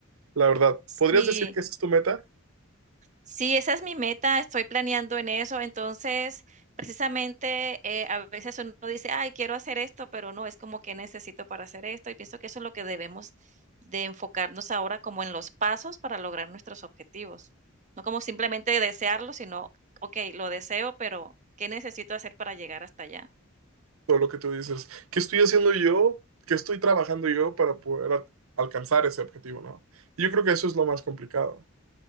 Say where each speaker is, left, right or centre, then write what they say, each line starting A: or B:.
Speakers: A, on the right; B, on the right.
A: la verdad.
B: Sí,
A: ¿Podrías decir que esa es tu meta?
B: sí, esa es mi meta, estoy planeando en eso. Entonces, precisamente, eh, a veces uno dice: "Ay, quiero hacer esto", pero no, es como: que necesito para hacer esto?". Y pienso que eso es lo que debemos de enfocarnos ahora como en los pasos para lograr nuestros objetivos. No como simplemente desearlo, sino: "Okey, lo deseo, pero ¿qué necesito hacer para llegar hasta allá?".
A: Todo lo que tú dices. ¿Qué estoy haciendo yo? ¿Qué estoy trabajando yo para poder a- alcanzar ese objetivo, ¿no? Y yo creo que eso es lo más complicado.